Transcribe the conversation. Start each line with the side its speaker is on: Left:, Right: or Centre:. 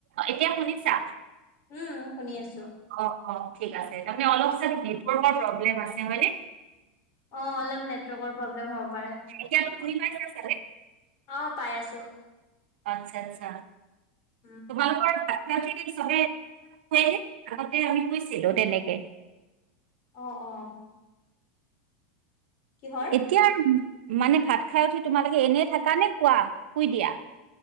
Right: এতিয়া শুনিছা
Left: উম শুনি আছো
Right: অ', অ', ঠিক আছে তাৰমানে অলপ চাগে নেটৱৰ্কৰ প্ৰবলেম আছে হয়নে?
Left: অ, অলপ নেটৱৰ্কৰ প্ৰব্লেম হ'ব পাৰে অ,
Right: এতিয়াতো শুনি পাইছা চাগে?
Left: পাই আছো।
Right: আচ্ছা আচ্ছা
Left: উম
Right: তোমালোকৰ ভাত খাই উঠি আমি চবেই <unintelligible> আগতে আমি কৈছিলোঁ তেনেকে।
Left: অ', অ', কিহৰ
Right: এতিয় আৰু মানে ভাত খাই উঠি তোমালোকে এনেই থাকা নে শুৱা, শুই দিয়া।